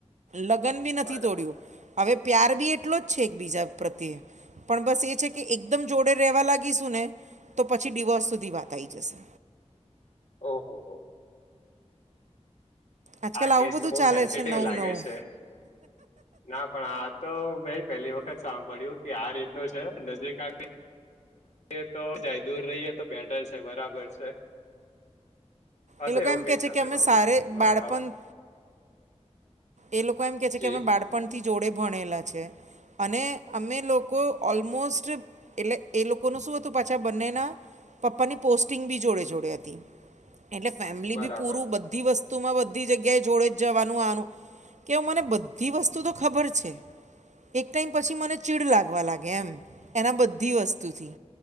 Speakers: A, on the right (about 80°); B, on the left (about 75°).
A: લગન ભી નથી
B: બરાબર
A: તોડ્યું હવે પ્યાર ભી એટલો જ છે એકબીજા પ્રત્યે. પણ બસ એ છે કે એકદમ જોડે રહેવા લાગીશું ને તો પછી ડિવોર્સ સુધી વાત આઈ જશે.
B: ઓ હો હો.
A: આજકાલ
B: આ
A: આવું
B: કેસ
A: બધું
B: તો બઉ
A: ચાલે
B: સેન્સિટિવ
A: છે નવું
B: લાગે
A: નવું
B: છે. ના પણ આ તો મે એ પેહલી વખત સાંભળ્યું કે આ રીતનું નજીક આવી યે તો જાય દૂર રહીએ તો બેટર છે બરાબર છે. હશે
A: એ લોકો
B: એવું
A: એમ
B: કઈક
A: કહે છે
B: હશે
A: કે અમે
B: ટોપિક
A: સારે
B: નો
A: બાળપણ
B: ડાઉટ.
A: એ લોકો એમ કે છે
B: જી
A: કે અમે બાળપણથી જોડે ભણેલા છે. અને અમે લોકો ઓલમોસ્ટ એટલે એ લોકોનું શું હતું પાછા બંનેના પપ્પાની પોસ્ટિંગ ભી જોડે જોડે હતી. એટલે ફેમિલી
B: બરાબર
A: ભી પૂરું બધી વસ્તુમાં બધી જગ્યાએ જોડે જ જવાનું આવવાનું. કે હ મને બધી વસ્તુ તો ખબર છે. એક પછી મને ચીડ લાગવા એમ એના બધી વસ્તુથી.